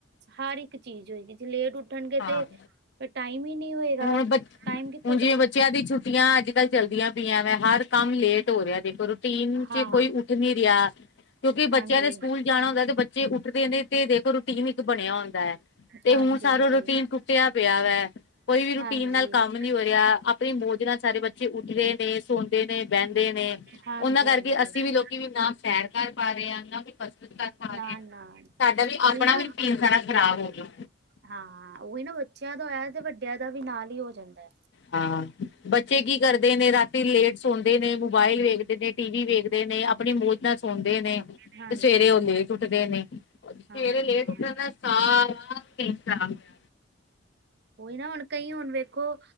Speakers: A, on the right; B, on the left.
A: ਹਰ ਇੱਕ ਚੀਜ਼ ਹੋਏਗੀ ਜੇ ਲੇਟ ਉੱਠਣਗੇ 'ਤੇ
B: ਹਾਂ
A: ਫੇ ਟਾਈਮ ਈ ਨੀ ਹੋਏਗਾ
B: ਹੁਣ ਬ
A: ਟਾਈਮ ਕਿੱਥ
B: ਹੁਣ ਜਿਵੇਂ ਬੱਚਿਆਂ ਦੀ ਛੁੱਟੀਆਂ ਅੱਜ-ਕੱਲ ਚੱਲਦੀਆਂ ਪਈਆਂ ਵੇ ਹਰ ਕੰਮ ਲੇਟ ਹੋ ਰਿਹਾ ਦੇਖੋ ਟੀਨ
A: ਹਾਂ
B: ਚ ਕੋਈ ਉੱਠ ਨੀ ਰਿਆ। ਕਿਉਂਕਿ
A: ਹਾਂਜੀ
B: ਬੱਚਿਆਂ ਦੇ ਸਕੂਲ ਜਾਣਾ ਹੁੰਦਾ ਤੇ ਬੱਚੇ ਉੱਠਦੇ ਨੇ ਤੇ ਦੇਖੋ ਰੂਟੀਨ ਬਣਿਆ ਹੁੰਦਾ ਐ ਤੇ
A: ਹਾਂਜੀ
B: ਹੁਣ ਸਾਰੋਂ
A: ਹਾਂਜੀ
B: ਰੋ ਰੂਟੀਨ ਟੁੱਟਿਆ ਪਿਆ ਵੈ ਕੋਈ ਵੀ ਰੂਟੀਨ
A: ਹਾਂਜੀ
B: ਨਾਲ ਕੰਮ ਨੀ ਹੋ ਰਿਆ ਆਪਣੀ ਮੌਜ ਨਾਲ ਸਾਰੇ ਬੱ 'ਚ ਉੱਠਦੇ ਨੇ, ਸੌਦੇ ਨੇ, ਬੈਂਦੇ ਨੇ
A: ਹਾਂਜੀ
B: ਉਨਾਂ ਕਰਕੇ
A: ਹਾਂਜੀ
B: ਅਸੀਂ ਵੀ ਲੋਕੀ ਵੀ ਨਾ ਸੈਰ ਕਰ ਪਾ ਰੇ ਆ, ਨਾ ਕੋਈ ਕਸਰਤ ਕਰ ਪਾ
A: ਨਾ
B: ਰੇ
A: ਨਾ
B: ਸਾਡਾ ਵੀ
A: ਉਹੀ
B: ਆਪਣਾ
A: ਨਾ
B: ਵੀ ਪੀਣ ਸਾਰਾ ਖ਼ਰਾਬ ਹੋ ਗਿਆ।
A: ਹਾਂ ਉਹੀ ਨਾ ਬੱਚਿਆਂ ਦੋ ਐ ਤੇ ਵੱਡਿਆਂ ਦਾ ਵੀ ਨਾਲ ਈ ਹੋ ਜਾਂਦਾ ਐ।
B: ਹਾਂ ਬੱਚੇ ਕੀ ਕਰਦੇ ਨੇ ਰਾਤੀ ਲੇਟ ਸੌਦੇ ਨੇ, ਮੋਬਾਇਲ ਵੇਖਦੇ ਨੇ ਟੀ ਵੀ ਵੇਖਦੇ ਨੇ ਆਪਣੀ ਮੌਤ ਨਾਲ ਸੋਂਦੇ ਨੇ 'ਤੇ
A: ਹਾਂਜੀ
B: ਸਵੇਰੇ ਓ ਲੇਟ ਉੱਠਦੇ ਨੇ। ਸਵੇਰੇ
A: ਹਾਂ
B: ਲੇਟ ਉੱਠਣ ਨਾਲ ਸਾਰਾ <inaudible>
A: ਉਹੀ ਨਾ ਹੁਣ ਕਈ ਹੁਣ ਵੇਖੋ